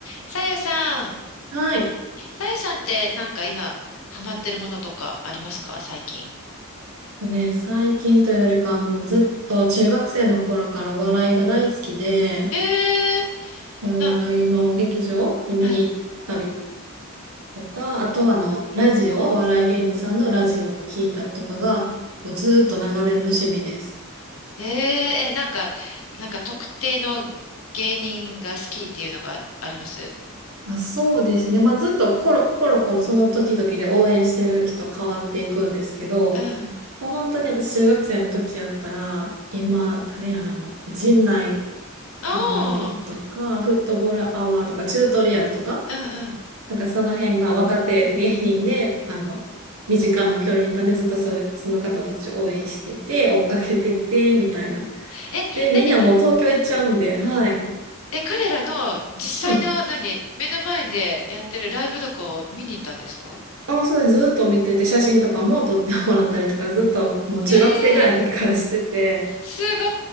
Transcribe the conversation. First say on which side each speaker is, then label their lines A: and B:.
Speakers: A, on the left; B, on the right.
A: さゆさん。
B: はい。
A: さゆさんってなんか今ハマってるものとかありますか最近。
B: ね、最近というよりかはもうずっと中学生の頃からお笑いが大好きで、
A: ええ
B: でお笑いの劇場に見に行ったり
A: なんか、はい。
B: とか、あとはあの、ラジオ、お笑い芸人さんのラジオを聞いたりとかが、こうずっと長年の趣味です。
A: えええ、なんか、なんか特定の芸人が好きっていうのがあります
B: あ、そうですね。まあ、ずっとコロコロコロその時々で応援してる人変わっていくんですけど、
A: うん。
B: もう本当に私中学生の時やったら、今、誰やらあの、陣内
A: あ
B: 友乗りとか、
A: あ、
B: フットボールアワーとか、チュートリアルとか、
A: うんうん。
B: なんかその辺が若手芸人で、あの、身近な距離にいたんで、ずっとそれ、その方たち応援してて、追っかけてて、みたいな。
A: え、
B: で、みんなもう東京行っちゃうんで、
A: 何うん。
B: はい。
A: え、彼らの実際の何目の前でやってるライブとかを見に行ったんですか
B: うん。あ、そうです。ずっと見てて、写真とかも撮ってもらったりとか、ずっともう中学生ぐらいの時からしてて、
A: ええすご